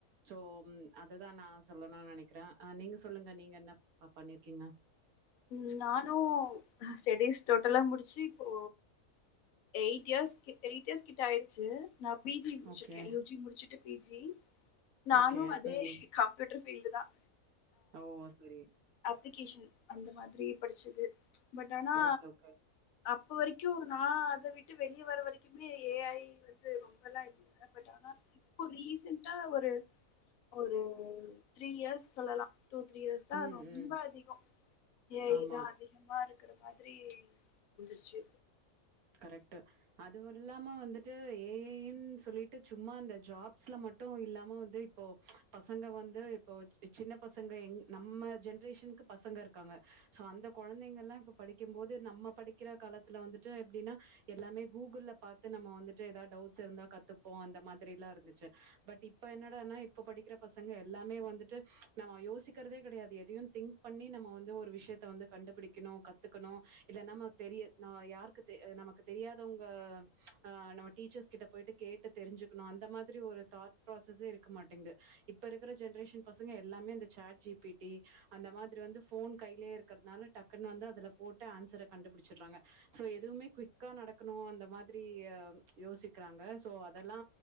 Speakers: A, on the right; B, on the left.
A: சோ அததுதான் நா சொல்லணும்னு நனைக்கிறேன் ஆ நீங்க சொல்லுங்க நீங்க என்ன பண்ணிருக்கீங்க
B: ம் நானும் ஸ்டடிஸ் டோட்டலா முடிச்சு இப்போ எயிட் இயர்ஸ் கிட்ட எயிட் இயர்ஸ் கிட்ட ஆயிச்சு நா பி ஜி முடிச்சிருக்கேன்
A: ஓகே,
B: யூ ஜி முடிச்சுட்டு பி ஜி நானும்
A: ஓகே.
B: அதே
A: ம்.
B: கம் யூட்டர் ஃபீல்டு தான்
A: ஓ சரி
B: அப்ளிகேஷன் அந்த மாதிரி படிச்சது பட் ஆனா
A: ஓகே, ஓகே.
B: அப்போ வரைக்கும் நா அத விட்டு வெளியே வர வரைக்குமே ஏ ஐ வந்து ரொம்பல்லா இல்ல பட் ஆனா ரீசன்டா ஒரு ஒரு த்ரீ இயர்ஸ் சொல்லலாம் டூ த்ரீ இயர்ஸ் தான்
A: ம்,
B: ரொம்ப
A: ம்.
B: அதிகொ ஏ ஐ
A: ஆமா.
B: இதா அதிகமா இருக்கிற மாதிரி வந்துச்சு
A: கரெக்ட்டு அதுவு இல்லாம வந்துட்டு ஏஐ யுன் சொல்லிட்டு சும்மா அந்த ஜாப்ஸ்ல மட்டு இல்லாம வந்து இப்போ பசங்க வந்து இப்போ சின்ன பசங்க எங் நம்ம ஜென்ரேஷனுக்கு பசங்க இருக்காங்க சோ அந்த கொழந்தைங்கள்லா இப்ப படிக்கம் போது நம்ம படிக்கிற காலத்துல வந்துட்டு எப்டினா எல்லாமே கூகுள்ல பாத்து நம்ம வந்துட்டு ஏதாது டவுட்ஸ் இருந்தா கத்துப்போ அந்த மாதிரிலா இருந்துச்சு பட் இப் இப்ப என்னடான்னா இப்ப படிக்கிற பசங்க எல்லாமே வந்துட்டு நம்ம யோசிக்கிறதே கெடையாது எதையு திங்க் பண்ணி நம்ம வந்து ஒரு விஷயத்த வந்து கண்டுபிடிக்கணு கத்துக்கணு இல்ல நம்ம தெரிய நா யார் நமக்கு தெரியாதவுங்க ஆ நம்ம டீச்சர்ஸ் கிட்ட போயிட்டு கேட்டு தெருஞ்சுக்ணு அந்த மாதிரி ஒரு தாட் ப்ராசஸே இருக்க மாட்டேங்து இப்ப இருக்குற ஜென்ரேஷன் பசங்க எல்லாமே இந்த சாட் ஜிபிடி அந்த மாதிரி வந்து ஃபோன் கையிலே இருக்றதுனால டக்குன்னு வந்து அதுல போட்டு ஆன்சர கண்டுபுடுச்சுட்றாங்க சோ எதுவுமே குயிக்கா நடக்கணு அந்த மாதிரி அ யோசிக்கிறாங்க சோ அதெல்லா